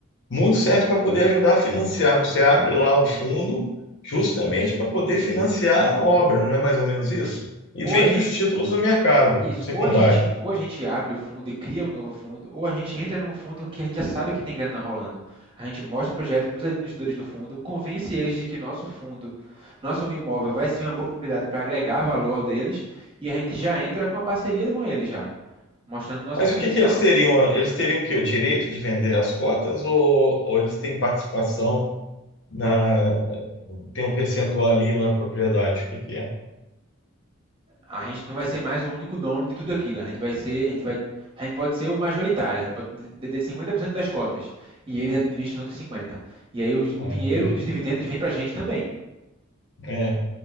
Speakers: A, on the left (about 60°); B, on the right (about 25°).
A: Muito serve para poder ajudar a financiar. Você abre lá o fundo justamente para poder financiar a obra, não é mais ou menos isso? E
B: Ou
A: vende
B: a gente,
A: os títulos no mercado
B: Isso,
A: secundário.
B: ou a gente, ou a gente abre o fundo e cria um novo fundo, ou a gente entra num fundo que a gente já sabe que tem grana rolando. A gente mostra o projeto para os administradores do fundo, convence eles de que nosso fundo, nosso imóvel vai ser uma boa propriedade para agregar valor ao deles, e a gente já entra com a parceria com eles já, mostrando nosso
A: Mas
B: potencial.
A: o que que eles teriam? Eles teriam que o quê? O direito de vender as cotas ou, ou eles têm participação na tem um percentual ali na propriedade? O que que é?
B: A gente não vai ser mais o único dono de tudo aquilo, a gente vai ser, a gente vai, a gente pode ser o majoritário, a gente pode deter 50% das cotas, e eles administram outros 50%. E aí o,
A: Ah,
B: o dinheiro
A: entendi.
B: dos dividendos vem para a gente também.
A: É.